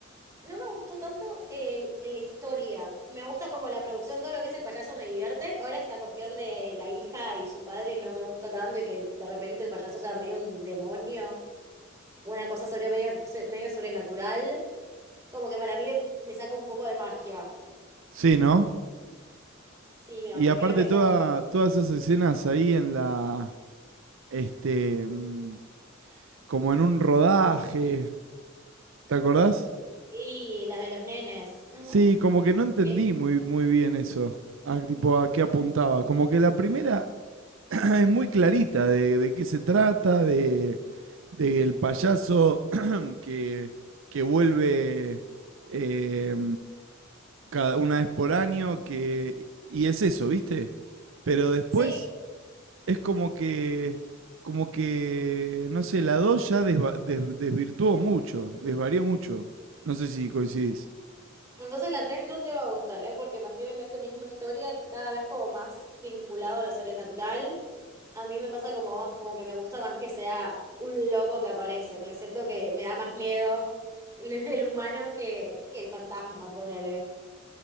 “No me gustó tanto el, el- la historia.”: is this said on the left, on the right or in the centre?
Right